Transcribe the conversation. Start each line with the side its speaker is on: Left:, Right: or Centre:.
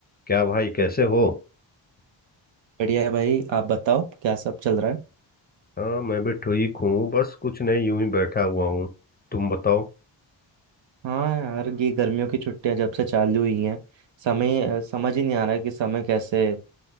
Left: क्या भाई कैसे हो
Right: बढ़िया है भाई आप बताओ क्या सब चल रहा है
Left: हाँ मैं भी ठीक हूँ बस कुछ नहीं यूं ही बैठा हुआ हूँ तुम बताओ
Right: हाँ यार ये गर्मियों की छुट्टियां जब से चालू हुई हैं समय अ, समझ ही नहीं आ रहा है कि समय कैसे